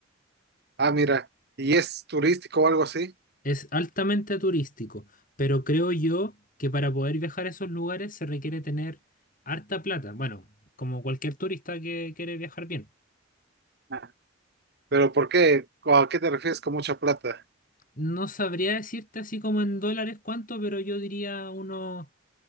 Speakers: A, on the right; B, on the left.
A: Ah, mira, y es turístico o algo así.
B: Es altamente turístico, pero creo yo que para poder viajar a esos lugares se requiere tener harta plata. Bueno, como cualquier turista que quiere viajar bien.
A: Ah. Pero ¿por qué? ¿O ¿A qué te refieres con mucha plata?
B: No sabría decirte así como en dólares cuánto, pero yo diría unos,